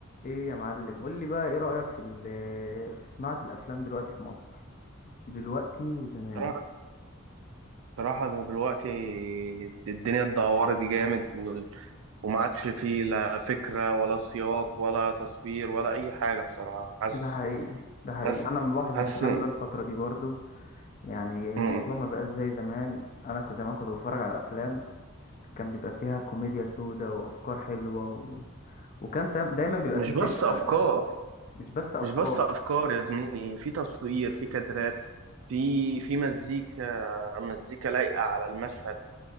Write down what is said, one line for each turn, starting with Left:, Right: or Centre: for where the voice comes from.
Left: ايه يا معلم قول لي بقى ايه رأيك في ال- في صناعة الافلام دلوقتي في مصر دلوقتي وزمان
Right: صراحة صراحة ده دلوقتي الدنيا اتدهورت جامد و- وما عادش فيه لا فكرة ولا سياق ولا تصوير ولا أي حاجة بصراحة حاسس
Left: ده حقيقي ده حقيقي
Right: حاسس
Left: انا ملاحظ
Right: حاسس
Left: الكلام
Right: إن-
Left: ده الفترة دي برضو يعني الموضوع
Right: مم.
Left: ما بقاش زي زمان انا كنت زمان كنت بتفرج على افلام كان بيبقى فيها كوميديا سودا وافكار حلوة و... وكان تا- دايما بيبقى
Right: مش
Left: فيه
Right: بس
Left: فكرة
Right: أفكار
Left: مش بس افكار
Right: مش بس أفكار يا زميلي في تصوير في كادرات في في مزيكا مزيكا لايقة على المشهد